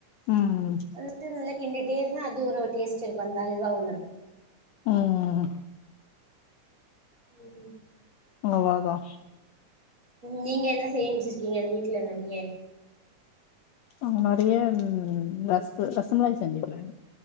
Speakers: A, on the left; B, on the right.
A: ம்
B: அது வந்து நல்லா கிண்டிட்டே இருந்தா அது ஒரு டேஸ்ட் இருக்கு அந்த அல்வா ஒண்ணு
A: ம்
B: ம்
A: அளவாதா
B: நீங்க என்ன செய்ஞ்சிருக்கீங்க வீட்டுல நறைய
A: அங்க நறைய ம் ரஸ்க் ரசமலாய் செஞ்சுக்குற